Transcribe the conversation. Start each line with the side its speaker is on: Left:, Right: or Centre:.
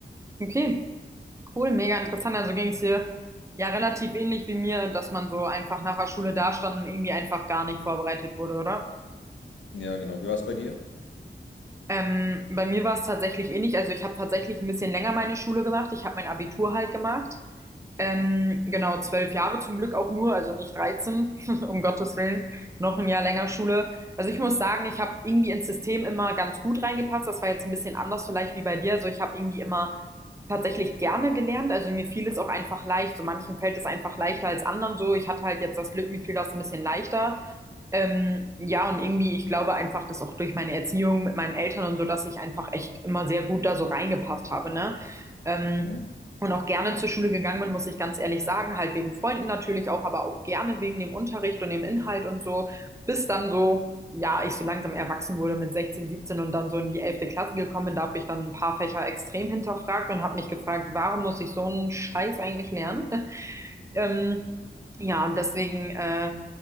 Right: Okay. Cool, mega interessant. Also ging es dir ja relativ ähnlich wie mir, dass man so einfach nach der Schule dastand und irgendwie einfach gar nicht vorbereitet wurde, oder?
Left: Ja, genau. Wie war es bei dir?
Right: Ähm, bei mir war es tatsächlich ähnlich. Also ich habe tatsächlich ein bisschen länger meine Schule gemacht. Ich habe mein Abitur halt gemacht. Ähm, genau, zwölf Jahre zum Glück auch nur, also nicht 13 <laughs> um Gottes Willen, noch ein Jahr länger Schule. Also ich muss sagen, ich habe irgendwie ins System immer ganz gut reingepasst. Das war jetzt ein bisschen anders vielleicht wie bei dir. Also ich habe irgendwie immer tatsächlich gerne gelernt. Also mir fiel es auch einfach leicht. So manchen fällt es einfach leichter als anderen so. Ich hatte halt jetzt das Glück, mir fiel das ein bisschen leichter. Ähm, ja, und irgendwie, ich glaube einfach, dass auch durch meine Erziehung mit meinen Eltern und so, dass ich einfach echt immer sehr gut da so reingepasst habe, ne? Ähm,
Left: Hm?
Right: und auch gerne zur Schule gegangen bin, muss ich ganz ehrlich sagen, halt wegen Freunden natürlich auch, aber auch gerne wegen dem Unterricht und dem Inhalt und so, bis dann so, ja, ich so langsam erwachsen wurde mit 16 17 und dann so in die elfte Klasse gekommen bin, da habe ich dann ein paar Fächer extrem hinterfragt und habe mich gefragt, warum muss ich so einen Scheiß eigentlich lernen? <laughs> Ähm, ja, und deswegen, äh,